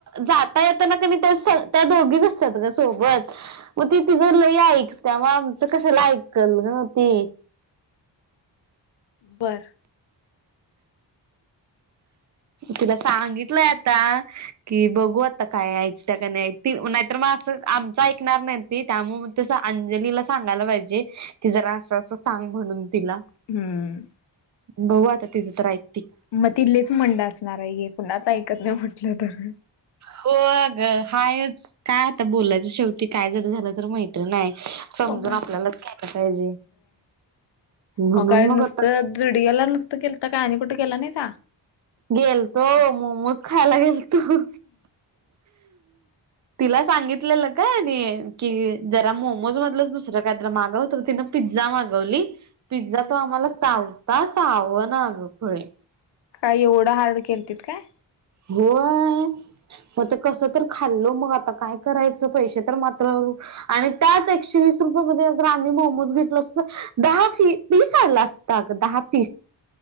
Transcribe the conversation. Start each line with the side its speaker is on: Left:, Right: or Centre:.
Right: जाता येताना क त्या दोघीच असतात ग सोबत. मग ति तिज लय ऐकत्या मग आमच कशाला ऐकल ग ती? <inaudible>
Left: बर.
Right: तुला सांगितलंय आता की बघू आता काय ऐकता काय नाही ती नाहीतर म अस आमचं ऐकणार नाहीन ती त्यामुळे अस त्या अंजलीला सांगायला पायजे की जरा अस आस सांग म्हणून तिला.
Left: हम्म.
Right: बगू आता तिथं तर आईकत्या
Left: म तीलेच मंड असणार आहे हे कुणाच ऐकत नाही म्हटलं तर.
Right: हो अ ग हायच काय आता बोलायचं शेवटी काय जरी झालं तर मैत्रीण आहे. समजून
Left: हो काय?
Right: आपल्यालाच घ्यायला पाहिजे. म्हणून
Left: म काय
Right: मग
Left: नुसतं
Right: आता
Left: जुडिओ नुसतं गलं तर काय आणि कुठे गेला नाईसा?
Right: गेलतो मोमोज खायला गेलतो. तिला सांगितलेलं काय आणि की जरा मोमोज मधलच दुसरं काही मागव तर तीन पिझ्झा मागवली पिझ्झा तो आम्हाला चावता चवणा आग खुळे.
Left: काय एवढं हार्ड केलतीत काय?
Right: होय. मग ते कस तर खाल्ल मग आता काय करायचं पैसे तर मात्र आणि त्याच एकशे वीस आम्ही मोमोज घेतल असत तर दहा पिस आलं असत. ग दहा पीस